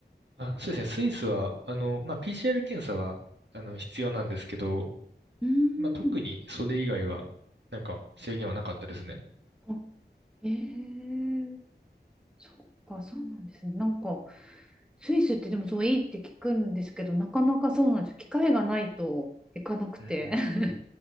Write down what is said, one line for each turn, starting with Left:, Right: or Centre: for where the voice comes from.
Right: あ、そうですね。スイスは、あの、まあ、PCR 検査は、あの、必要なんですけど、
Centre: うー
Right: まあ、特にそれ以外は、
Centre: ん。
Right: なんか制限はなかったですね。
Centre: あ、えー、そっか、そうなんですね。なんか、スイスってでもそういいって聞くんですけど、なかなかそうなんですよ。機会がないと行かなくて。
Right: うーん。
Centre: <laughs>